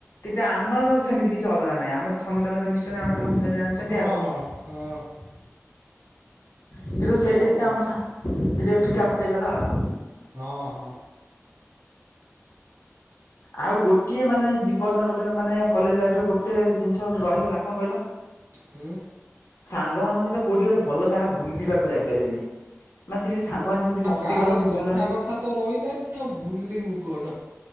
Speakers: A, on the left; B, on the right.
A: କିନ୍ତୁ ଆମର ସେମିତି କିଛି ଅଲଗା ନାହିଁ ଆମେ ତ ସମସ୍ତଙ୍କ ସହ ମି ମିଶିଚନ୍ତି। ଆମେ ତ ଭାବଚନ୍ତି ଜାଣିଚନ୍ତି
B: ହଁ
A: ଆଉ।
B: ହଁ ହଁ
A: କିନ୍ତୁ ସେଇଟା
B: କଣ ହଁ
A: ଟିକେ ଆମ ସାଂଗ ଟିକେ ଫିକା ପକେଇଦେଲା ଆଉ।
B: ହଁ ହଁ।
A: ଆଉ ଗୋଟିଏ ମାନେ ଜୀବନରେ ଗୋଟେ ମାନେ କଲେଜ ଲାଇଫରେ ଗୋଟେ ଜିନିଷ ଗୋଟେ ରହିଗଲା କଣ କହିଲ?
B: ହୁଁ
A: ସାଙ୍ଗମାନଙ୍କ ସହିତ କୋଉଠି ଗୋଟେ ଭଲ ଜାଗା ବୁଲିବାକୁ ଯାଇପାରିଲିନି। ମାନେ ଯେମିତି ସାଙ୍ଗମାନେ ଯେମିତି
B: ଆଉ
A: ମସ୍ତି
B: କାହାର
A: କରନ୍ତି
B: ତ କଥା
A: ବୁଲନ୍ତି।
B: କଥା ତ ରହିଲାନି ଆଉ ବୁଲିବୁ କଣ?